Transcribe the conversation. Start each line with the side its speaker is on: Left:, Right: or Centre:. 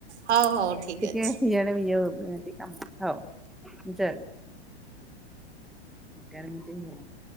Right: ହଉ ହଉ ଠିକ
Centre: ଟିକେ
Right: ଅଛି।
Centre: ଇଆଡେ ଇଏ ହଉଚନ୍ତି। ତାଙ୍ଗ ଥଉ ଜଉ ଏଗାର ମିନିଟ ହେଇଗଲାଣି।